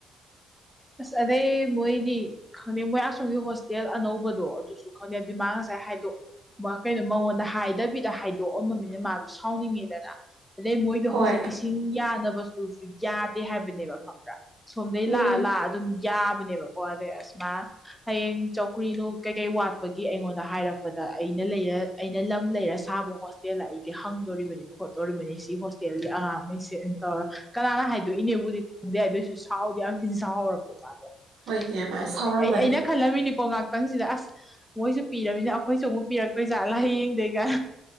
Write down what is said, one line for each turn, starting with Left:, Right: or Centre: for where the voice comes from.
Centre: ꯑꯁ ꯑꯗꯩ ꯃꯣꯏꯗꯤ ꯈꯪꯗꯦ ꯃꯣꯏ ꯑꯁꯣꯝꯒꯤ ꯍꯣꯁꯇꯦꯜ ꯑꯅꯧꯕꯗꯣ ꯑꯗꯨ__ ꯗꯨꯁꯨ ꯈꯅꯦ ꯑꯗꯨꯏ ꯃꯥ ꯉꯁꯥꯏ ꯍꯥꯏꯗꯣ ꯃꯥ ꯀꯩꯅꯣ ꯃꯉꯣꯟꯗ ꯍꯥꯏꯗꯕꯤꯗ ꯍꯥꯏꯠ ꯇꯣꯑꯝꯃꯝꯃꯤꯅ ꯃꯥꯗꯨ ꯁꯥꯎꯅꯤꯡꯉꯦꯗꯅ ꯑꯗꯩ ꯃꯣꯏꯗꯣ
Right: ꯍꯣꯏ
Centre: ꯍꯧꯖꯤꯛ ꯏꯁꯤ ꯍꯤꯡ ꯌꯥꯅꯕ ꯁ꯭ꯇꯨꯜꯁꯤꯡ ꯌꯥꯗꯦ ꯍꯥꯏꯕꯅꯦꯕ ꯈꯝꯕ꯭ꯔꯥ ꯁꯣꯝꯗꯩ
Right: ꯎꯝ
Centre: ꯂꯥꯑ ꯂꯥꯑ ꯑꯗꯨꯝ ꯌꯥꯕꯅꯦꯕꯀꯣ ꯑꯗꯩ ꯑꯁ ꯃꯥ ꯍꯌꯦꯡ ꯆꯧꯀ꯭ꯔꯤꯅꯨꯡ ꯀꯩꯀꯩ ꯋꯥꯠꯄꯒꯤ ꯑꯩꯉꯣꯟꯗ ꯍꯥꯏꯔꯛꯄꯗ ꯑꯩꯅ ꯂꯩꯔ ꯑꯩꯅ ꯂꯝ ꯂꯩꯔ ꯁꯥꯕ ꯍꯣꯁ ꯇꯦꯜꯂ ꯑꯩꯗꯤ ꯍꯪꯗꯣꯔꯤꯕꯅꯦ ꯈꯣꯠꯇꯣꯔꯤꯕꯅꯤ ꯁꯤ ꯍꯣꯁꯇꯦꯜꯒꯤ ꯑꯉꯥꯡꯃꯩꯁꯦ ꯇꯧꯔ ꯀꯅꯥꯅ ꯍꯥꯏꯗꯣꯏꯅꯦꯕꯨꯗꯤ ꯎꯪꯗꯦ ꯑꯗꯨꯏꯁꯨ ꯁꯥꯎꯗꯤ ꯌꯥꯝ ꯊꯤ ꯁꯥꯎꯍꯧꯔꯕꯗꯣ ꯃꯥꯗꯣ
Right: ꯍꯣꯏꯅꯦ ꯃꯥ
Centre: ꯑꯗ
Right: ꯁꯥꯎꯔꯝꯃꯅꯤ
Centre: ꯑꯩ ꯑꯩꯅ ꯈꯜꯂꯝꯃꯤꯅꯤꯀꯣ ꯉꯥꯛꯇꯪꯁꯤꯗ ꯑꯁ ꯃꯣꯏꯁꯨ ꯄꯤꯔꯃꯤꯅ ꯑꯈꯣꯏꯁꯨ ꯑꯃꯨꯛ ꯄꯤꯔꯛꯇꯣꯏꯖꯥꯠꯂꯥ ꯍꯌꯦꯡꯗꯩ ꯀꯥꯏ